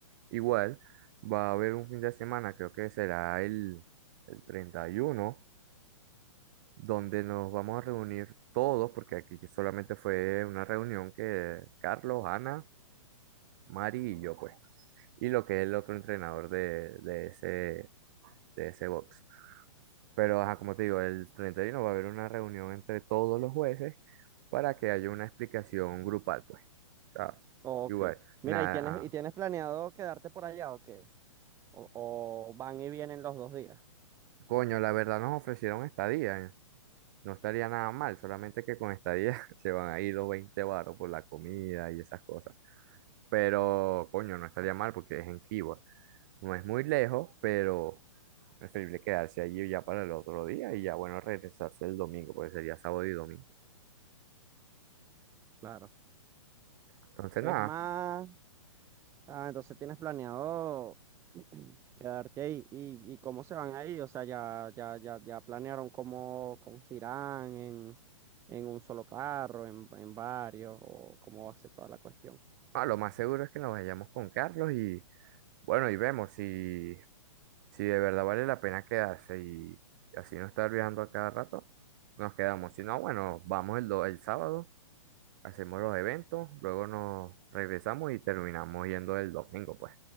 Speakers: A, on the right; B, on the right.
A: Igual, va a haber un fin de semana, creo que será el, el 31 donde nos vamos a reunir todos, porque aquí solamente fue una reunión que Carlos, Ana, Mari y yo, pues, y lo que es el otro entrenador de, de ese, de ese box. Pero, ajá, como te digo, el 31 va a haber una reunión entre todos los jueces para que haya una explicación grupal, pues. Ah,
B: Ok.
A: igual, nada,
B: Mira, ¿y tienes, y tienes planeado quedarte por allá o qué? O, o van y vienen los dos días.
A: coño, la verdad nos ofrecieron estadía, ¿eh? No estaría nada mal, solamente que con estadía <laughs> se van a ir los 20 baros por la comida y esas cosas. Pero, coño, no estaría mal porque es en Keyboard. No es muy lejos, pero preferible quedarse allí ya para el otro día y ya, bueno, regresarse el domingo, porque sería sábado y domingo.
B: Claro.
A: Entonces,
B: Es
A: nada,
B: más. Ah, entonces tienes planeado <clears throat> quedarte ahí. ¿Y, y cómo se van ahí? O sea, ya, ya, ya, ya planearon cómo, cómo se irán en, en un solo carro, en, en varios, o cómo va a ser toda la cuestión.
A: ah, lo más seguro es que nos vayamos con Carlos y, bueno, y vemos si, si de verdad vale la pena quedarse y así no estar viajando a cada rato, nos quedamos. Si no, bueno, vamos el, do- el sábado, hacemos los eventos, luego nos regresamos y terminamos yendo el domingo, pues,